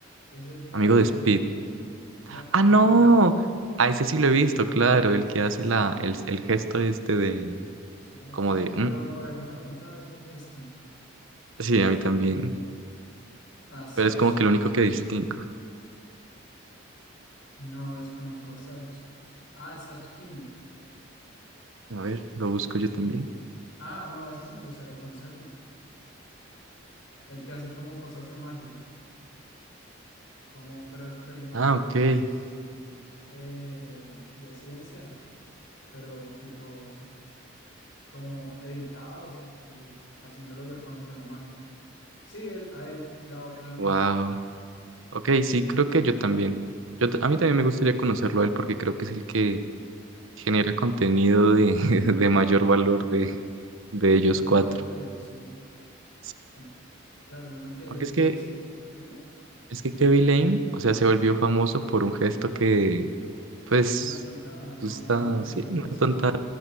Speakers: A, on the left; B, on the right.
A: Es el que
B: amigo
A: hace
B: de Speed.
A: la...
B: ¡Ah,
A: No,
B: no!
A: eh,
B: A ese sí lo he visto, claro, el
A: sí,
B: que hace
A: sí, sí.
B: la... el, el gesto este de...
A: Sash
B: como
A: Lane.
B: de... "Mm".
A: Pero me parece una tontada ese gesto.
B: Sí, a mí también.
A: ¿A Sash?
B: Pero es como que lo único que distingo.
A: No desconozco a Sash. Ah, es Sash King.
B: A ver, lo busco
A: Sash
B: yo
A: King.
B: también.
A: Ah, no, ese sí me gustaría conocerlo. El que hace como cosas de magia, como pero experimentos
B: Ah, ok.
A: eh, de ciencia, pero tipo como editados y, y haciéndolos ver como si fueran magia. Sí, él, a él, la otra no.
B: Wow. Ok, sí, creo que yo también. Yo, t- a mí también
A: Ya.
B: me gustaría conocerlo a él porque creo que es el que genera contenido de, <laughs> de mayor valor de, de ellos
A: Entre
B: cuatro.
A: todos ellos, sí.
B: Sí,
A: En- claro, yo me quedé,
B: Porque es
A: me,
B: que,
A: sí. Dime.
B: es que Kevin Lane, o sea, se volvió famoso por un gesto que, pues,
A: Una tontada, no,
B: pues está,
A: a mí nunca
B: sí,
A: me dio
B: una
A: risa.
B: tonta.